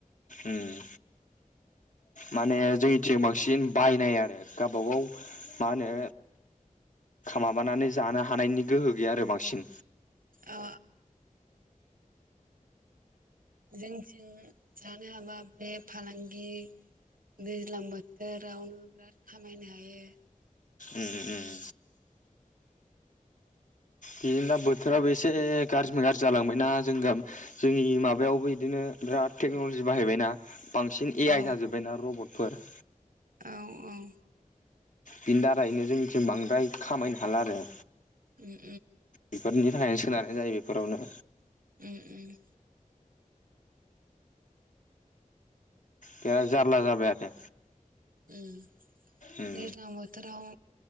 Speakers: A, on the left; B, on the right.
A: उम माने जोंनिथिं बांसिन बायनाय आरो गावबाागाव मा होनो माबानानै जानो हानायनि गोहो गैया आरो बांसिन
B: अ जोंथिं जानो हाबा बे फालांगि दैज्लां बोथोरावनो बिराद खामायनो हायो
A: उम उम बिदिनोदा बोथोराबो एसे गारजि गारजि जालांबायना जों गा जोंनि माबायावबो इदिनो बिराद टेक्न'लजि बाहायबायना बांसिन ए
B: औ
A: आइ जाजोब्बायना रबट फोर
B: औ औ
A: बिनि दारैनो जोंनिथिं बांद्राय खामायनो हाला आरो
B: उ <unintelligible>
A: बेफोरनि थाखायनो स होनानै जायो बेफोरावनो
B: उम उम
A: बिराद जारला जाबाय आरो
B: उम
A: उम
B: दैज्लां बोथोराव